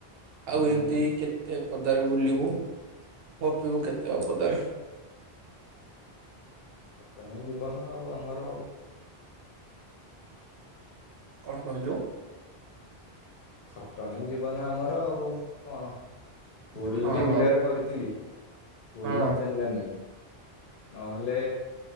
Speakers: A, on the right; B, on the left.
A: ଆଉ
B: ହୁଁ
A: ଏମତି କେ କେତେ ପଦାରେ ବୁଲିବୁ ଗପିବୁ କେତେ ଆଉ ପଦାରେ।
B: ତମେ ଜୀବନ ଆଉ ଆମର।
A: କଣ କହିଲୁ?
B: ଖଟଣୀ ଜୀବନ ଆମର ଆଉ କଣ ବୋରିଂ
A: ହଁ
B: ଟି ବିଲରେ
A: ହଁ
B: କରି ଥିଲି ବୋରିଙ୍ଗ
A: ହଁ
B: ଚାଲଲା ନି। ନହେଲେ